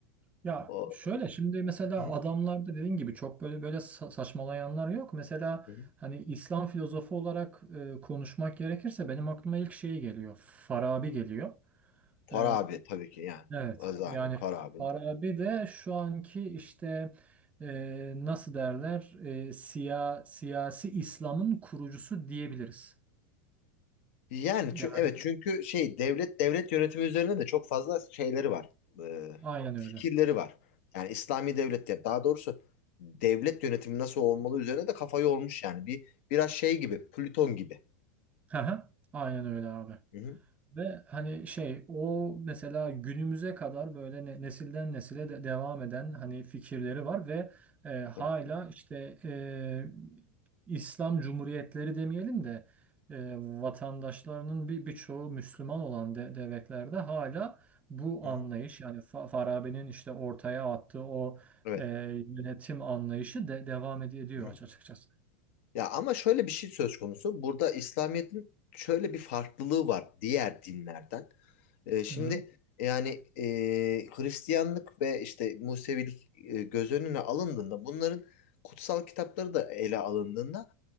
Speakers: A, on the right; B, on the left.
A: Ya
B: O...
A: şöyle şimdi mesela
B: Hı
A: adamlarda dediğin gibi çok böyle böyle sa- saçmalayanlar yok. Mesela
B: hı.
A: hani İslam filozofu olarak e, konuşmak gerekirse benim aklıma ilk şey geliyor. Farabi geliyor.
B: Para
A: E,
B: abi tabii ki yani.
A: evet
B: Azali,
A: yani
B: para abi.
A: Farabi de şu anki işte e, nasıl derler e, siya, siyasi İslam'ın kurucusu diyebiliriz.
B: Yani
A: Yani
B: çü- evet çünkü şey devlet devlet yönetimi üzerine de çok fazla şeyleri var. Ee,
A: aynen
B: fikirleri
A: öyle.
B: var. Yani İslami devlet ya daha doğrusu devlet yönetimi nasıl olmalı üzerine de kafayı olmuş yani. Bir biraz şey gibi, Plüton gibi.
A: Hı hı, Aynen öyle abi.
B: Hı hı.
A: Ve hani şey o mesela günümüze kadar böyle ne- nesilden nesile de devam eden hani fikirleri var ve e, hala
B: Tabii.
A: işte e, İslam cumhuriyetleri demeyelim de e, vatandaşlarının bir birçoğu Müslüman olan de, devletlerde hala bu
B: Hı
A: anlayış
B: hı.
A: yani Fa- Farabi'nin işte ortaya attığı o
B: Evet.
A: e, yönetim anlayışı de devam ed- ediyor
B: Hı hı.
A: aç- açıkçası.
B: Ya ama şöyle bir şey söz konusu. Burada İslamiyet'in şöyle bir farklılığı var diğer dinlerden. Ee, şimdi
A: Hı
B: yani e, Hristiyanlık ve işte Musevilik e, göz önüne alındığında bunların kutsal kitapları da ele alındığında